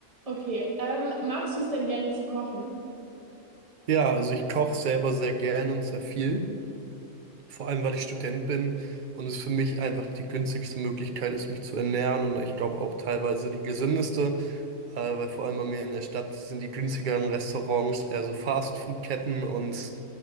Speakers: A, on the right; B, on the right.
A: Okay, ähm, magst du es denn gerne zu kochen?
B: Ja, also ich koche selber sehr gern und sehr viel, vor allem weil ich Student bin und es für mich einfach die günstigste Möglichkeit ist, mich zu ernähren und ich glaube auch teilweise die gesündeste, äh, weil vor allem bei mir in der Stadt sind die günstigeren Restaurants eher so Fastfood-Ketten und